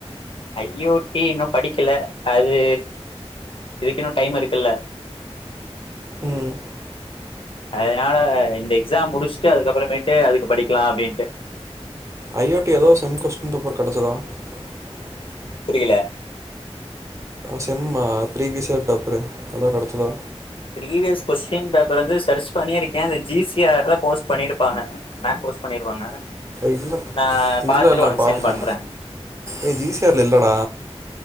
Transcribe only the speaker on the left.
ஐயோ ஏ இன்னும் படிக்கல அது இதுக்கு இன்னும் டைம் இருக்குல்ல
அதனால இந்த எக்ஸாம் முடுஸ்ட்டு அதுக்கப்புறமேட்டு அதுக்கு படிக்கலாம் அப்படின்ட்டு
புரியல
பீரிவியஸ் கொஸ்டின் பேர் வந்து சர்ச் பண்ணிருக்கேன் அது ஜி சிஆர் போஸ்ட் பண்ணி மேம் போஸ்ட் பண்ணிருவாங்க
நான் பார்த்துட்டு
உனக்கு
செண்ட் பண்றேன்